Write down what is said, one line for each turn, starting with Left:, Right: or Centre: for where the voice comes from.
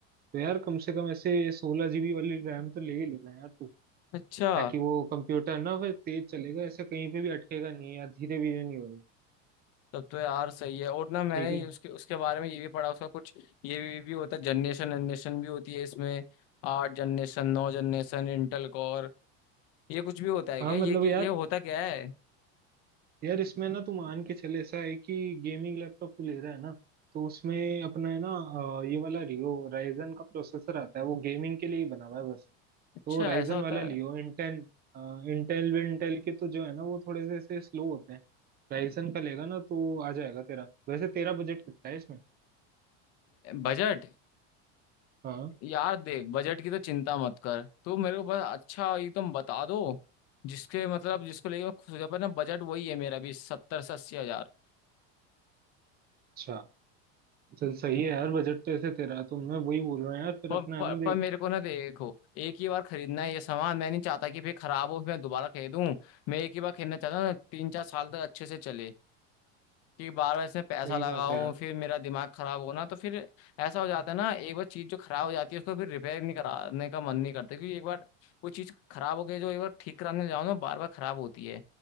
Right: तो यार कम से कम ऐसे सोलह जीबी वाली रैम तो ले ही लेना यार तू
Left: अच्छा
Right: ताकि वो कंप्यूटर ना फिर तेज चलेगा ऐसे कहीं पे भी अटकेगा नहीं या धीरे धीरे नहीं होगा
Left: तब तो यार सही है और ना मैंने
Right: ठीक है
Left: ये उसके उसके बारे में ये भी पढ़ा उसका कुछ ये भी, भी होता है जनरेशन जनरेशन भी होती है इसमें आठ जनरेशन नौ जनरेशन इंटेल कोर ये कुछ भी होता है
Right: हाँ
Left: क्या ये
Right: मतलब
Left: कि
Right: यार
Left: ये होता क्या है
Right: यार इसमें ना तू मान के चले ऐसा है कि गेमिंग लैपटॉप तू ले रहा है ना तो उसमें अपना है ना अ, ये वाला रियो राइजन का प्रोसेसर आता है वो गेमिंग के लिए ही बना हुआ है बस
Left: अच्छा
Right: तो राइजन
Left: ऐसा होता
Right: वाला लियो
Left: है
Right: इंटेल इंटेल विंटेल के तो जो है ना वो थोड़े से ऐसे स्लो होते हैं राइजन का लेगा ना तो आ जाएगा तेरा वैसे तेरा बजट कितना है इसमें
Left: बजट
Right: हाँ
Left: यार देख बजट की तो चिंता मत कर तू मेरे को बस अच्छा एकदम बता दो जिसके मतलब जिसको लेके मैं खुश हो जाऊँ पर ना बजट वही है मेरा भी सत्तर से अस्सी हजार
Right: अच्छा चल सही है यार बजट तो ऐसे तेरा तो मैं वही बोल रहा हूँ यार फिर
Left: पर,
Right: अपना है
Left: पर,
Right: ना
Left: पर
Right: देख
Left: मेरे को ना देखो एक ही बार खरीदना है ये सामान मैं नहीं चाहता कि फिर खराब हो फिर मैं दोबारा खरीदूं मैं एक ही बार खरीदना चाहता हूँ तीन चार साल तक अच्छे से चले कि बार बार इसमें पैसा
Right: सही
Left: लगाऊं
Right: बात है यार
Left: फिर मेरा दिमाग खराब होना तो फिर ऐसा हो जाता है ना एक बार चीज जो खराब हो जाती है उसको फिर रिपेयर नहीं कराने का मन नहीं करता क्योंकि एक बार वो चीज खराब हो गई जो एक बार ठीक कराने जाओ ना बार बार खराब होती है